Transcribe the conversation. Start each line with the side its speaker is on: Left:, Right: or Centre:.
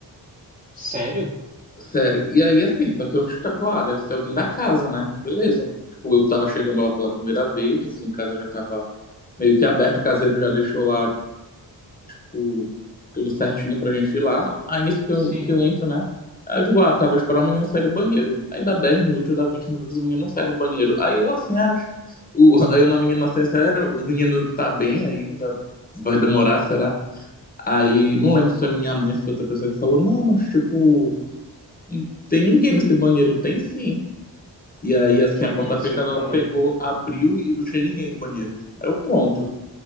Right: Sério?
Left: Sério. E aí, assim, só que eu, tipo, ah, deve ser alguém da casa, né? Beleza. Tipo, eu tava chegando lá pela primeira vez, assim, casa já tava meio que aberta, o caseiro já deixou lá, tipo, tudo certinho pra gente ir lá. Aí, nisso que
Right: Sim.
Left: eu, que eu entro, né? Aí eu digo, ah, tava esperando o menino sair do banheiro. Aí dá 10 minutos, dá 20 minutos, o menino não sai no banheiro. Aí eu, assim, era... O, <laughs> eu na minha inocência, era, o menino tá bem ainda, vai demorar, será? Aí, não lembro se foi minha mãe, se foi outra pessoa que falou, não, mas, tipo... E Tem ninguém nesse banheiro? Tem sim. E aí, assim,
Right: Que
Left: a
Right: isso,
Left: porta fechada, ela
Right: cara?
Left: pegou, abriu e não tinha ninguém no banheiro. Aí eu, pronto.